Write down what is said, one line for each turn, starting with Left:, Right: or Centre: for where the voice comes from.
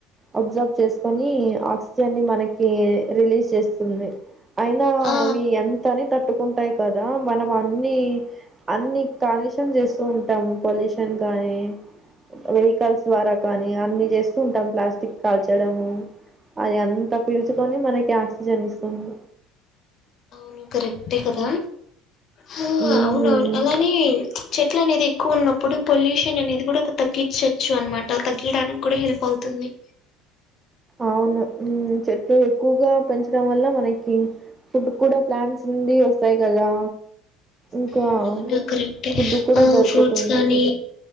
Right: అబ్ సబ్ చేస్ కొని ఆక్ సిజన్ ని మనకీ రిలీజ్ చేస్తుంది అయినా
Left: ఆ
Right: అవి ఎంత్తని తట్ టుకున్ టాయ్ కదా మనం అన్ని అన్ని కాలుషమ్ జేస్ ఉంటాము పొల్ యుష్ కింకానే వెహికల్స్ ద్వారా కనీ అన్ని చేస్తూ ఉంటం ప్లాస్టిక్ కాల్చడము అది అంత పీల్చుకొని మనకి ఆక్సిజన్ ఇస్తుంది.
Left: అవును కరెక్టే కదా హ హ్
Right: ఉమ్
Left: ఔనవున్ అలానే చెట్ ట్ల అనేది కు ఉన్నప్పుడు పొల్ యుషన్ అనేది గూడా కొత్ తగ్గిచచ్చు అన్ మాట తగ్గియ్ డాన్ కి గుడా హెల్ పవ్ తుంది
Right: ఔను ఉమ్ చెట్లు ఎక్కుగా పెంచడం వల్ల మనకి ఫుడ్ కూడా ప్లాన్ ట్స్ నుండి వస్తయి కదా ఇంకా
Left: హ్మ్ ఔను కరెక్టే
Right: ఫుడ్ కూడా
Left: ఆ
Right: దొరుకుతుంది
Left: ఫ్రూట్స్ కానీ